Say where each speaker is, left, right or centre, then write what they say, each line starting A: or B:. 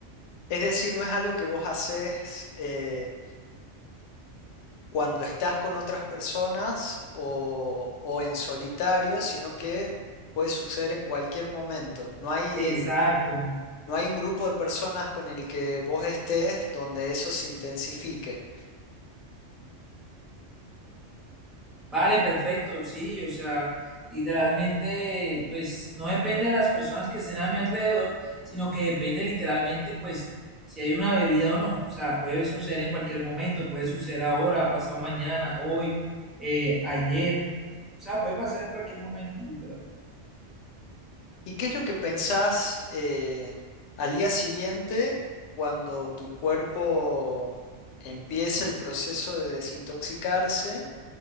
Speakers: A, on the left; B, in the centre.
A: Es decir, ¿no es algo que vos haces eh, cuando estás con otras personas o, o en solitario, sino que puede suceder en cualquier momento? No hay
B: Exacto,
A: No hay un grupo de personas con el que vos estés donde eso se intensifique.
B: Vale, perfecto, sí, o sea, literalmente, pues no depende de las personas que estén a mi alrededor, sino que depende literalmente, pues, si hay una bebida o no. O sea, puede suceder en cualquier momento, puede suceder ahora, pasado mañana, hoy, eh, ayer. O sea, puede pasar en cualquier momento, literal.
A: ¿Y qué es lo que pensás eh, al día siguiente cuando tu cuerpo empieza el proceso de desintoxicarse